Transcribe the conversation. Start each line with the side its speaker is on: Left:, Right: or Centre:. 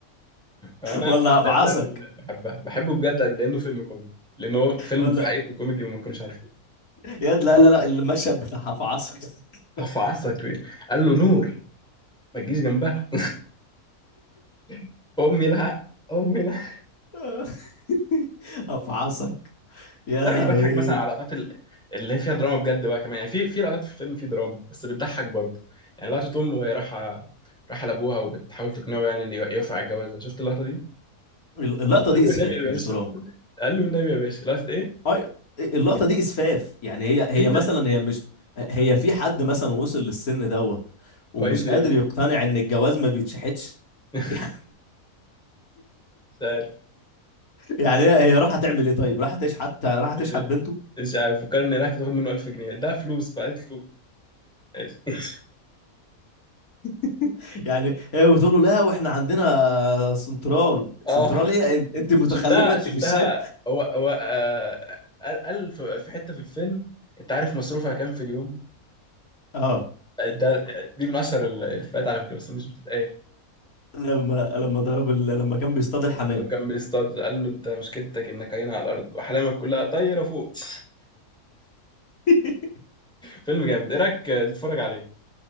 Centre: انا
Left: ولا
Centre: من اكتر
Left: هفعصك
Centre: الافلام اللي بحبها بحبه بجد لانه فيلم كوميدي لانه هو فيلم
Left: ولا
Centre: في حقيقته كوميدي وما كناش عارفين
Left: <laughs> يا لا لا لا المشهد بتاع هفعصك <laughs>
Centre: في عصا كبير قال له نور ما تجيش جنبها <laughs> امي لها امي لها
Left: <laughs> افعصك يا
Centre: تعرف
Left: لهوي
Centre: اني بضحك مثلا على لقطات ال- اللي هي فيها دراما بجد بقى كمان يعني في في لقطات في الفيلم في دراما بس بتضحك برضه يعني لقطة أم وهي رايحة رايحة لأبوها وبتحاول تقنعه يعني إن يوافق على الجوازة شفت اللقطة دي؟
Left: ال- اللقطه
Centre: قال
Left: دي
Centre: له
Left: اسفاف
Centre: النبي يا باشا
Left: مش دراما
Centre: قال له النبي يا باشا لقطة إيه؟
Left: اي اللقطه دي اسفاف يعني هي هي
Centre: إيه ده؟
Left: مثلا هي مش هي في حد مثلا وصل للسن دوت ومش
Centre: وهينزل
Left: قادر
Centre: يعمل كده
Left: يقتنع ان الجواز ما بيتشحتش <laughs>
Centre: <laughs>
Left: يعني
Centre: مش عارف
Left: يعني هي هي راح تعمل ايه طيب راح تشحت راح تشحت
Centre: إيه،
Left: بنته
Centre: مش عارف فكر إن راحت تاخد منه 1000 جنيه ده فلوس فقالت له ماشي. <laughs>
Left: <laughs> يعني هي بتقول له لا واحنا عندنا سنترال سنترال
Centre: آه
Left: ايه انت أنت متخلفه
Centre: شفتها
Left: انت
Centre: شفتها
Left: مش شايف
Centre: هو هو آه، قال قال في في حتة في الفيلم أنت عارف مصروفها كام في اليوم؟
Left: اه
Centre: ده دي من اشهر ال- الافيهات على فكره بس مش بتتقال
Left: <laughs> لما لما ضرب ال... لما كان بيصطاد الحمام
Centre: لما كان بيصطاد قال له انت مشكلتك انك عينها على الارض واحلامك كلها طايره فوق <laughs>
Left: <laughs>
Centre: فيلم جامد ايه رايك تتفرج عليه